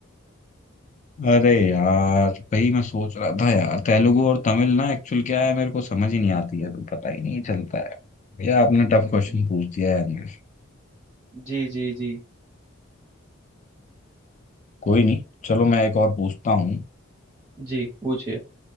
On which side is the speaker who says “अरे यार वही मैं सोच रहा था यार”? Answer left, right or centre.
Left